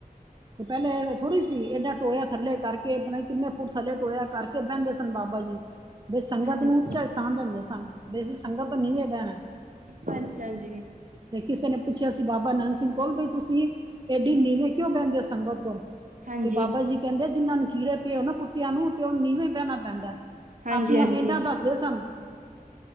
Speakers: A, on the right; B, on the right.
A: ਤੇ ਪਹਿਲੇ ਥੋੜ੍ਹੀ ਸੀ, ਏਡਾ ਟੋਇਆ ਥੱਲੇ ਕਰਕੇ ਕਿੰਨੇ ਫੁੱਟ ਥੱਲੇ ਟੋਇਆ ਕਰਕੇ ਬਹਿੰਦੇ ਸਨ ਬਾਬਾਜੀ। ਬਈ ਸੰਗਤ
B: ਹਾਂਜੀ
A: ਨੂੰ ਉੱਚਾ ਸਥਾਨ ਦਿੰਦੇ ਸਨ ਬਈ ਅਸੀਂ ਸੰਗਤ ਤੋ ਨੀਵੇਂ ਬਹਿਣਾ।
B: ਹਾਂਜੀ-ਹਾਂਜੀ।
A: ਤੇ ਕਿਸੇ ਨੇ ਪੁੱਛਿਆ ਸੀ ਬਾਬਾ ਨੰਦ ਸਿੰਘ ਕੋਲ ਬਈ ਤੁਸੀਂ ਏਡੀ ਨੀਵੇਂ ਕਿਉਂ ਬਹਿੰਦੇ ਹੋ ਸੰਗਤ ਤੋ
B: ਹਾਂਜੀ
A: ਤੇ ਬਾਬਾ ਜੀ ਕਹਿੰਦੇ ਜਿਹਨ੍ਹਾਂ ਨੂੰ ਕੀੜੇ ਪਏ ਹੋਏ ਨਾ ਕੁੱਤਿਆਂ ਨੂੰ ਤੇ ਉਨ੍ਹਾਂ ਨੂੰ ਨੀਵੇ ਬਹਿਣਾ ਪੈਂਦਾ।
B: ਹਾਂਜੀ
A: ਆਪਣਿਆਂ
B: ਹਾਂਜੀ
A: ਖੇਡਾਂ ਦੱਸਦੇ ਸਨ